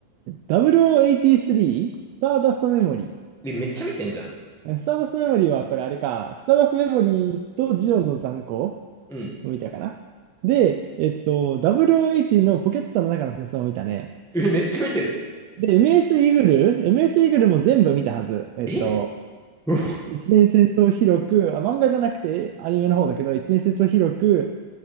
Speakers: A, on the right; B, in the centre.
A: 0083、スターダストメモリ
B: え、めっちゃ見てんじゃん。
A: ー。スターダストメモリーはこれあれか、スターダストメモリーとジオンの残光を
B: うん。
A: 見たかな。で、えっと、0080のポケットの中の戦争を見たね。
B: え、めっちゃ見てる。
A: で、MS イーグル ?MS イーグルも全部見たはず。えっと、
B: えうお
A: 一年戦争広く、あ、漫画じゃなくてアニメの方だけど、一年戦争広く、